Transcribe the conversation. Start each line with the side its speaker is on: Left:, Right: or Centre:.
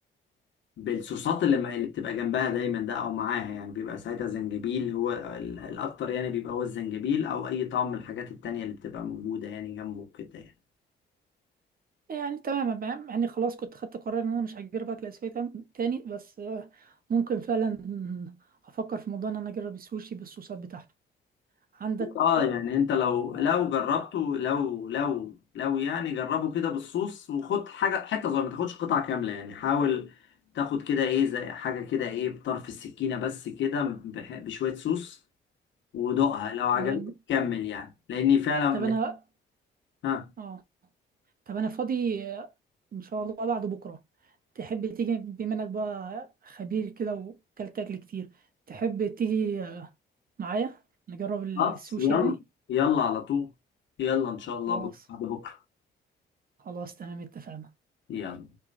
Left: بالصوصات اللي, ما- اللي بتبقى جنبها دايما ده او معاها يعني بيبقى ساعتها زنجبيل هو ال- الاكتر يعني بيبقى هو الزنجبيل او اي طعم من الحاجات التانية اللي بتبقى موجودة يعني جنبه كده يعني
Right: يعني تمام تمام يعني خلاص كنت خدت قرار ان انا مش هجرب اكل اسيوي تم- تاني بس آه ممكن فعلا افكر في موضوع ان انا اجرب السوشي بالصوصات بتاعته عندك
Left: اه يعني انت لو لو جربته لو لو لو يعني جربه كده بالصوص وخد حاجة حتة صغيرة ما تاخدش قطعة كاملة يعني حاول تاخد كده ايه زي حاجة كده ايه بطرف السكينة بس كده بح- بشوية صوص ودوقها لو عجبتك
Right: تمام
Left: كمل يعني لاني فعلا
Right: طب انا
Left: ها
Right: اه طب انا فاضي آه، ان شاء الله بعد بكره تحب تيجي بما انك بقى خبير كده وكلت اكل كتير تحب تيجي آه، معايا نجرب السوشي
Left: خلاص يلا
Right: يعني
Left: يلا على طول يلا ان شاء الله
Right: خلاص
Left: بكره بعد بكره
Right: خلاص تمام اتفقنا
Left: يلا